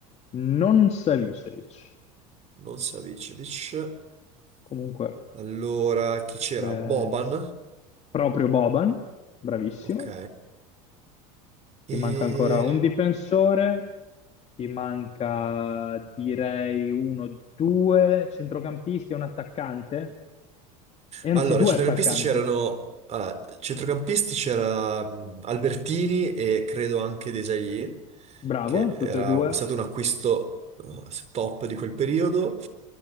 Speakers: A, on the left (about 35°); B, on the right (about 40°).
A: non Savicevic.
B: non Savicevic.
A: Comunque,
B: Allora, chi c'era?
A: eh,
B: Boban,
A: proprio Boban, bravissimo.
B: ok. E...
A: Ti manca ancora un difensore, ti manca direi uno, due centrocampisti e un attaccante, e anzi
B: Allora,
A: due
B: i centrocampisti
A: attaccanti.
B: c'erano... ah, centrocampisti c'era mh, Albertini e credo anche Desailly,
A: Bravo,
B: che
A: tutte
B: era
A: e due.
B: stato un acquisto eh, top di quel periodo.